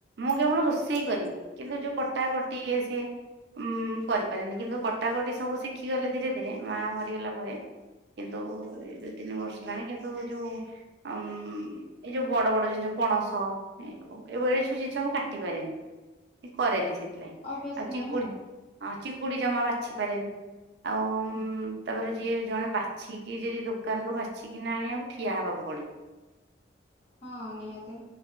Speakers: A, on the right (about 60°); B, on the left (about 35°).
A: ମୁଁ କେବଳ ରୋଷେଇ କରିବି କିନ୍ତୁ ଯୋଉ ପ ଟା ଗୋଟିଏ ସିଏ ଉଁ କରିପାରେନି କିନ୍ତୁ କଟାକଟି ସବୁ ଶିଖିଗଲି ଧୀରେ ଧୀରେ ମା ମରିଗଲା ପରେ। କିନ୍ତୁ ଏ ଦୁ ତିନି ବର୍ଷ ହେଲାଣି କିନ୍ତୁ ଯୋଉ ଉ ଏଇ ଯୋଉ ବଡ ବଡ ଜିନ୍ଷ ପଣସ ଏ ଏ ସବୁ ଜିନିଷ ମୁଁ କାଟି ପାରେନି। କରେନି ସେଥିଲାଗି
B: ଅଭ୍ୟାସ
A: ଆଉ ଚିଙ୍ଗୁଡି
B: ନାହିଁ
A: ଚିଙ୍ଗୁଡି ଜମା ବାଛି ପାରେନି। ଆଉ ତାପରେ ଯିଏ ଜଣେ ବାଛିକି ଯଦି ଦୋକାନରୁ ବାଛିକିନା ଆଣିବା ଠିଆ ହେବାକୁ ପଡ଼ିବ।
B: ହଁ ନିହାତି।